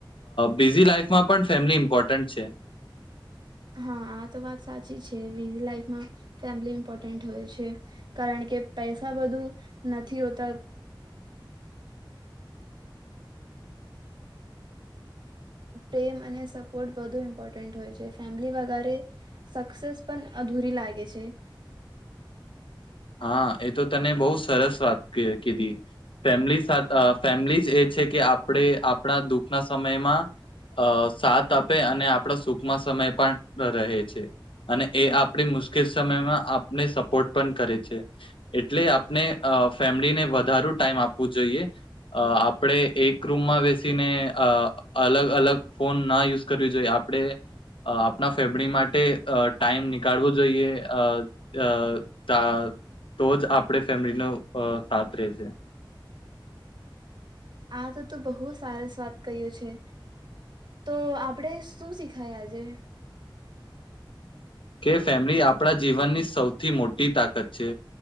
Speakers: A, on the left; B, on the right.
A: બિઝી લાઈફમાં પણ ફેમિલી ઇમ્પોર્ટન્ટ છે.
B: હા આ તો વાત સાચી છે વિઝી લાઈફમાં ફેમિલી ઇમ્પોર્ટન્ટ હોય છે કારણ કે પૈસા બધું નથી હોતા. પ્રેમ અને સપોર્ટ બધુ ઇમ્પોર્ટન્ટ હોય છે ફેમિલી વગરે સક્સેસ પણ અધૂરી લાગે છે.
A: હા એ તો તને બહુ સરસ વાત કીધી ફેમિલી ફેમિલી જ એ છે કે આપણે આપણા દુઃખના સમયમાં. અ સાત આપ અને આપણા સુખના સમય પણ રહે છે. અને
B: હમ
A: એ આપણી મુશ્કેલ સ સમયમાં આપને સપોર્ટ પણ કરે છે. એટલે આપણે ફેમિલીને વધારો ટાઈમ આપવું જોઈએ આપણે એક રૂમમાં બેસીને અ અલગ અલગ ફોન ના યુઝ કરવી જોઈએ આપણે આપણા ફેમિલી માટે ટાઈમ નીકાળવો જોઈએ અ અ તા તો જ આપણે ફેમિલીનો અ સાથ રહેશે.
B: અચ્છા તો તું બહુ સરસ વાત કહ્યુ છે તો આપણેે શું શીખાય આજે.
A: કે ફેમિલી આપણા જીવનની સૌથી મોટી તાકાત છે